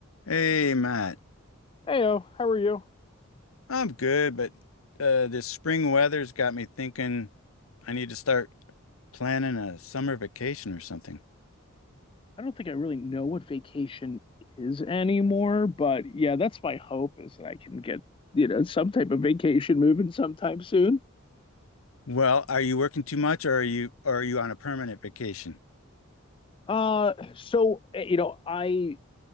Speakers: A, on the left; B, on the left.
A: Hey, Matt.
B: Heyo, how are you?
A: I'm good, but uh, this spring weather's got me thinking I need to start planning a summer vacation or something.
B: I don't think I really know what vacation is anymore, but yeah, that's my hope is that I can get, you know, some type of vacation moving sometime soon.
A: Well, are you working too much or are you or are you on a permanent vacation?
B: Uh, so, eh, you know, I